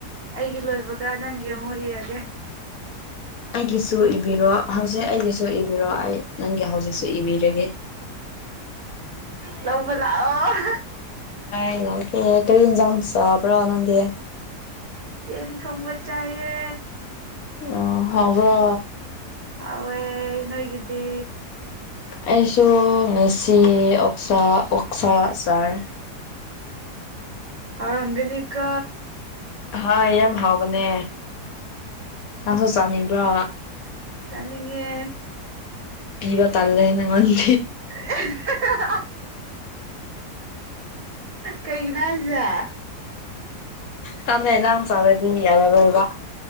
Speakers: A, on the right; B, on the left.
A: ꯑꯩꯒꯤ ꯂꯣꯏꯕꯒ ꯅꯪꯒꯤ ꯑꯃꯨꯛ ꯏꯔꯒꯦ
B: ꯑꯩꯒꯤꯁꯨ ꯏꯕꯤꯔꯣ ꯍꯧꯖꯤꯛ ꯑꯩꯒꯤꯁꯨ ꯏꯕꯤꯔꯣ ꯑꯩ ꯅꯪꯒꯤ ꯍꯧꯖꯤꯛꯁꯨ ꯏꯕꯤꯔꯒꯦ
A: ꯂꯩꯕ ꯂꯥꯛꯑꫭ
B: ꯇꯥꯏ ꯂ ꯀꯦ ꯀꯔꯤꯖꯝ ꯆꯕ꯭ꯔꯣꯅꯗꯤꯦ
A: ꯌꯦꯟ ꯊꯣꯡꯕ ꯆꯑꯦ
B: ꯑ ꯍꯕ꯭ꯔ
A: ꯑꯋꯦ ꯅꯒꯗꯦ
B: ꯑꯩꯁꯨ ꯉꯦꯁꯤ ꯑꯣꯛꯁꯥ ꯑꯣꯛꯁꯥ ꯁꯥꯔ
A: ꯍꯥꯏꯔꯝꯒꯅꯤꯀꯣ
B: ꯍꯥꯏ ꯌꯥꯝ ꯍꯥꯎꯕꯅꯦ ꯅꯪꯁꯨ ꯆꯥꯅꯤꯡꯕ꯭ꯔꯣ
A: ꯇꯅꯤꯡꯉꯦ
B: ꯄꯤꯕ ꯇꯂꯦꯅꯉꯗꯤ
A: ꯑꯦ ꯍꯥ-ꯍꯥ ꯀꯩꯒꯤꯅꯣ ꯍꯥꯏꯁꯦ
B: ꯆꯝꯃꯦ ꯅ ꯆꯥꯔꯗꯤ ꯌꯥꯔꯔꯣꯏꯕ